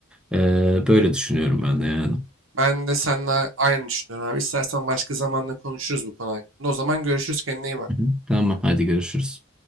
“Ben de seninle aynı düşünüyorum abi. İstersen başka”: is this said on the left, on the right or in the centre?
Right